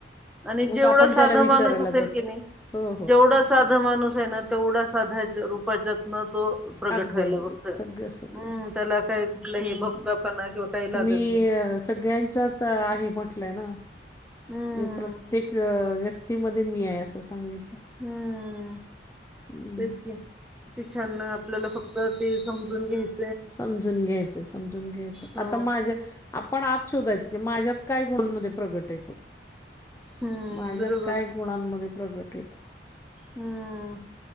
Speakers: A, in the centre; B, on the left.
A: आणि
B: मग
A: जेवढं
B: आपण
A: साधा
B: त्याला विचारायला
A: माणूस असेल
B: जातो.
A: की नाही
B: हो, हो.
A: जेवढा साधा माणूस आहे ना तेवढा साध्याच्या रूपाच्यात न तो प्रगट
B: अगदी
A: व्हायला
B: अगदी
A: बघतोय,
B: सगळं सगळं
A: हम्म त्याला काही कुठलाही
B: अं,
A: भपकापणा किंवा काही लागत
B: मी
A: नाही.
B: सगळ्यांच्यात चल आहे म्हटलं ना,
A: हम्म
B: मी प्रत्येक व्य मध्ये मी आहे असं सांगितलं.
A: हम्म
B: हम्म.
A: तेच की. किती छान, आपल्याला फक्त ते समजून घ्यायच
B: समजून घ्यायचं, समजून घ्यायचं,
A: हो
B: आता माझ्या आपण आत शोधायचं की माझ्यात काय गुणांमध्ये प्रगट आहे तो.
A: हम्म
B: माझ्यात
A: बरोबर
B: काय गुणांमध्ये प्रगट आहे तो.
A: हम्म